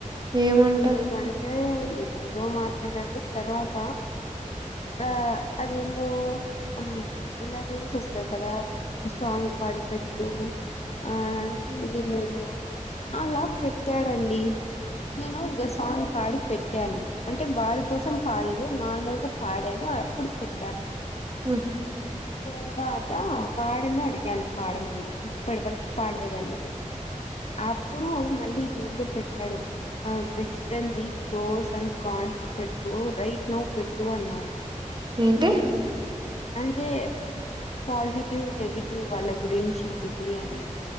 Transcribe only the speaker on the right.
ఏమంట
ఉ
ఏంటి